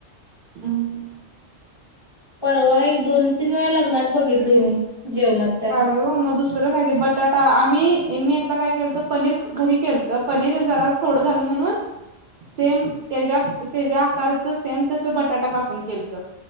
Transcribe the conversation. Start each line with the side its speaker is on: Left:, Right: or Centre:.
Right: ह.
Left: परवा एक दोन तीन वेळा लग्नात बघितली मी जेवणात त्या
Right: काय हो मग दुसरं काय ते बटाटा आम्ही मी एकदा काय केलत पनीर घरी केलत पनीर झाल्यात. थोड झालं म्हणून सेम त्याच्या त्याच्या आकारच सेम तस बटाटा कापून केलत.